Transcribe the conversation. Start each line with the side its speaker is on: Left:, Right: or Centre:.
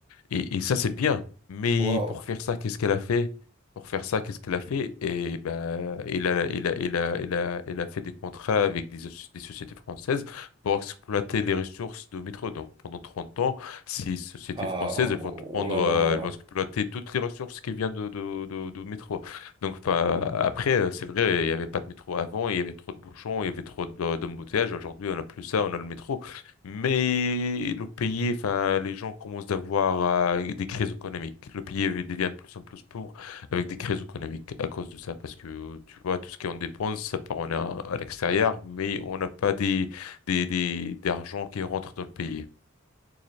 Left: Et, et ça, c'est bien. Mais
Right: Wow.
Left: pour faire ça, qu'est-ce qu'elle a fait? Pour faire ça, qu'est-ce qu'elle a fait? Et ben, elle a, elle a, elle a, elle a, elle a fait des contrats avec des, soci- des sociétés françaises pour exploiter les ressources de métro. Donc, pendant 30 ans, ces sociétés
Right: Ah,
Left: françaises,
Right: oh
Left: elles vont te prendre,
Right: là
Left: euh,
Right: là.
Left: elles vont exploiter toutes les ressources qui viennent de, de, de, de métro. Donc, enfin, après, euh, c'est vrai, il n'y avait pas de métro avant, il y avait trop de bouchons, il y avait trop de- d'embouteillages. Aujourd'hui, on n'a plus ça, on a le métro. Mais le pays, enfin, les gens commencent d'avoir euh, des crises économiques. Le pays devient de plus en plus pauvre avec des crises économiques à cause de ça, parce que tu vois, tout ce qu'on dépense, ça part on a à l'extérieur, mais on n'a pas des des des d'argent qui rentre dans le pays.